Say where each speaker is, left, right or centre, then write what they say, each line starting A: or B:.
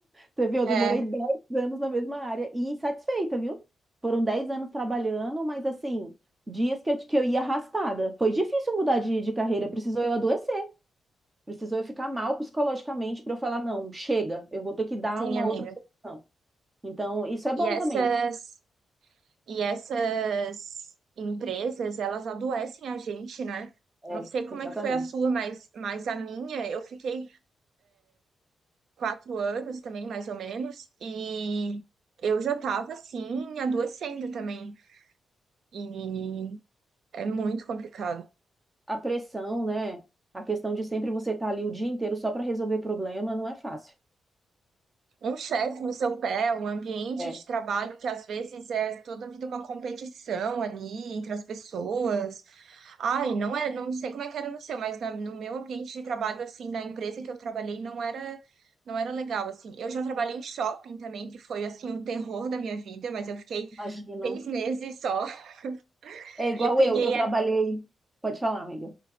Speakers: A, on the right (about 20°); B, on the right (about 70°).
A: Você viu?
B: É,
A: Eu demorei 10 anos na mesma área e insatisfeita, viu? Foram 10 anos trabalhando, mas assim, dias que eu, que eu ia arrastada. Foi difícil mudar de, de carreira, precisou eu adoecer, precisou eu ficar mal psicologicamente para eu falar, não, chega, eu vou ter que dar
B: sim,
A: uma
B: amiga.
A: outra solução. Então, isso é bom
B: E essas,
A: também.
B: e essas empresas, elas adoecem a gente, né?
A: É,
B: Não sei como
A: exatamente.
B: é que foi a sua, mas, mas a minha, eu fiquei quatro anos também, mais ou menos, e eu já tava, assim, adoecendo também. E é muito complicado.
A: A pressão, né? A questão de sempre você estar ali o dia inteiro só para resolver problema, não é fácil.
B: um chefe no seu pé, um ambiente
A: É,
B: de trabalho que às vezes é toda vida uma competição ali entre as pessoas. Ai, não é, não sei como é que era no seu, mas na- no meu ambiente de trabalho assim, na empresa que eu trabalhei, não era não era legal assim. Eu já trabalhei em shopping também, que foi assim um terror da minha vida, mas eu fiquei
A: imagino.
B: seis meses só <laughs>
A: É igual
B: e eu peguei
A: eu, eu trabalhei.
B: é-
A: Pode falar, amiga.